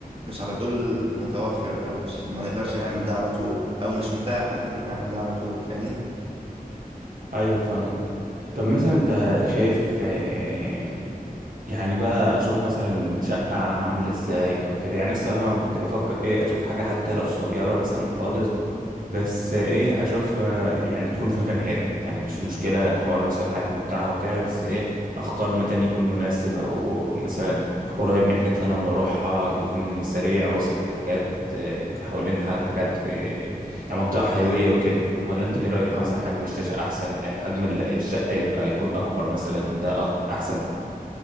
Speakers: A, on the right; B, on the right.
A: مش على طول متوفر او مش ما نقدرش نعمل ده على طول او مش متاح ان احنا نعمل ده على طول فاهمني
B: ايوه فاهم طب مثلا انت شايف آه، يعني بقى اشوف مثلا شقة عاملة ازاي او كده يعني أنا الصراحة كنت بفكر ايه اشوف حاجة حتى لو صغيرة مثلا خالص بس ايه اشوفها يعني تكون في مكان حلو يعني مش مشكلة حوار مثلا الحجم بتاعها وكده بس ايه اختار مكان يكون مناسب او مثلا قريب من الحاجات اللي انا بروحها يكون سريع وسط الحاجات آه، حوالين ح- حاجات آه، يعني منطقة حيوية
A: امم امم.
B: وكده ولا انت ايه رأيك
A: فاهمك
B: مثلا حجم
A: فاهمك.
B: الشاشة احسن آه، حجم الشقة يبقى يكون اكبر مثلا ده أح- احسن